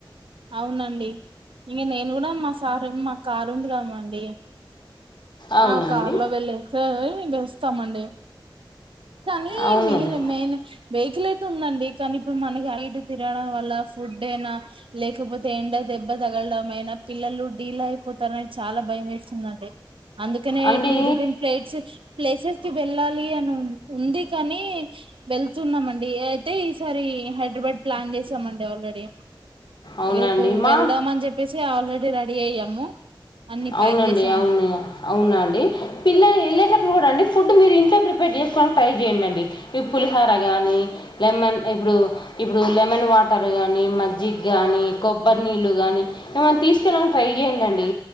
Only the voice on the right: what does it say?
అవునండి ఇంక నేను కూడా మా సార్ మా కారు ఉంది కామండి.
ఆ కార్లో వెళ్ళితే బెస్ట్ వస్తామండి కానీ
మెయిన్ మెయిన్ వెహికల్ అయితే ఉందండి కానీ ఇప్పుడు మనకి ఐటు తిరడం వల్ల ఫుడ్ అయినా తూబ్బుతేండా దెబ్బ తగలడం ఎమైనా పిల్లలు డీలే అయిపోత అంతనే చాలా భయం వేస్తుందిండి అందుకనే
టూరిజం ప్లేట్స్ ప్లేసెస్ కి వెళ్ళాల పోవాలని ఉంది కాని వెళ్తున్నామండి అయితే ఈసారి హైదరాబాద్ ప్లాన్ చేసామండి ఆల్రెడీ
రేపు
వెళ్దాం అని చెప్పేసి ఆల్రెడీ రెడీ అయ్యాము అన్ని
ప్యాక్ చేసాను